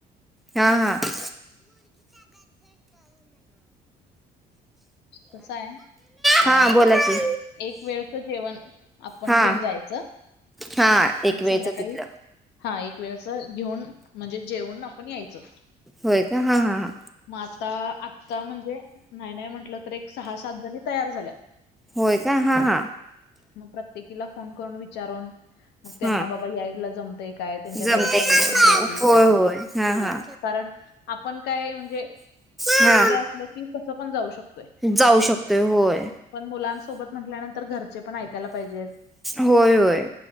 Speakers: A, in the centre; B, on the left (about 80°).
A: हा हा ह.
B: कस आहे
A: हा
B: अं
A: बोला की
B: एक वेळच जेवण. आपण
A: हा
B: घेऊन जायचं.
A: हा
B: आणि
A: एक वेळच
B: संध्याकाळी
A: तिथलं
B: हा एक वेळच घेऊन. म्हणजे जेवण आपण यायचं.
A: होय का हा हा हा.
B: मग आता आत्ता म्हणजे नाही नाही म्हटलं तर एक सहा सात जणी तयार झाल्यात.
A: होय का हा हा.
B: मग प्रत्येकीला फोन करून विचारून. मग त्यांना
A: हा
B: बाबा यायला जमतय काय त्यांच्या
A: जमते
B: घरी परमिशन देतील
A: होय
B: काय.
A: होय हा हा
B: कारण आपण काय म्हणजे.
A: हा
B: एकटे असल की कसं पण जाऊ शकतोय.
A: जाऊ शकतोय होय
B: पण मुलांसोबत म्हटल्यानंतर घरचे पण ऐकायला पाहिजेत.
A: होय होय.